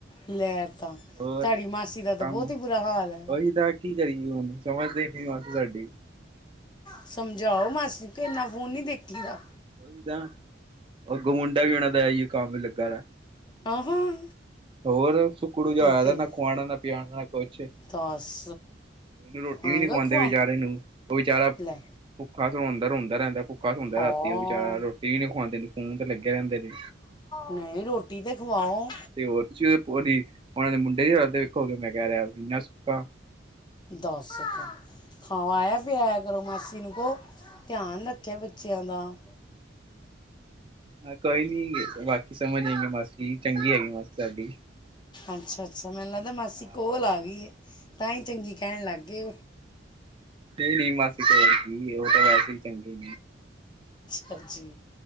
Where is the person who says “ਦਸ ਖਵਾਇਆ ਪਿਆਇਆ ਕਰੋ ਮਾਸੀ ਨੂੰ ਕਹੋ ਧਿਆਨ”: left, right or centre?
Left